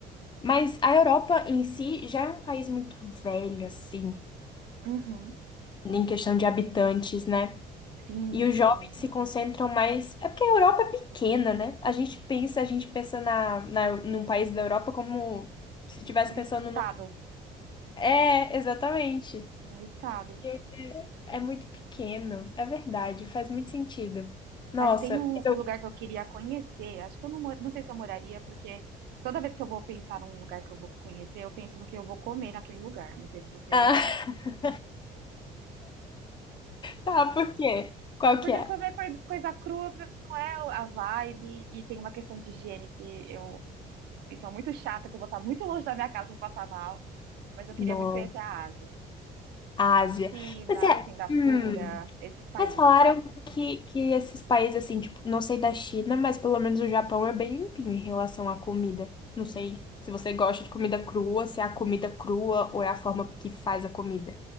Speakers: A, on the left (about 25°); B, on the right (about 75°).
A: Mas a Europa em si já é um país muito velho, assim,
B: Uhum.
A: em questão de habitantes, né?
B: Sim,
A: E os jovens
B: sim.
A: se concentram mais. É porque a Europa é pequena, né? A gente pensa, a gente pensa na, na, num país da Europa como se estivesse
B: No estado.
A: pensando num. É, exatamente.
B: No estado.
A: É é muito pequeno, é verdade, faz muito sentido. Nossa,
B: Mas tem um,
A: mas eu...
B: um lugar que eu queria conhecer. Acho que eu não, mor- não sei se eu moraria, porque toda vez que eu vou pensar num lugar que eu vou conhecer, eu penso no que eu vou comer naquele lugar. Não sei se você
A: Ah,
B: é assim.
A: <laughs> tá, por quê? Qual
B: Porque
A: que é?
B: comer coi- coisa crua pra mim não é a vibe, e tem uma questão de higiene que eu, eu sou muito chata, que eu vou estar muito longe da minha casa, vou passar mal. Mas eu queria
A: No
B: muito conhecer a Ásia.
A: Ásia.
B: A China,
A: Mas é,
B: Singapura,
A: hum,
B: esses países,
A: mas falaram
B: sabe?
A: que, que esses países, assim, tipo, não sei da China, mas pelo menos o Japão é bem limpinho em relação à comida. Não sei se você gosta de comida crua, se é a comida crua ou é a forma que faz a comida.